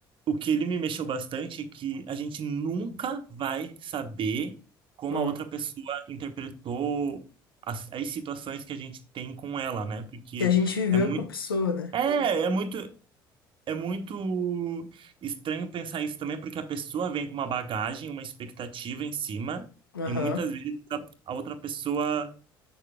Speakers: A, on the right (about 45°); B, on the left (about 80°).
A: o que ele me mexeu bastante é que a gente nunca vai saber como
B: hum.
A: a outra pessoa interpretou as, as situações que a gente tem com ela, né? Porque
B: Que a gente viveu
A: é muito,
B: com a pessoa, né?
A: é, é muito, é muito estranho pensar isso também, porque a pessoa vem com uma bagagem, uma expectativa em cima,
B: Aham.
A: e muitas vezes a, a outra pessoa,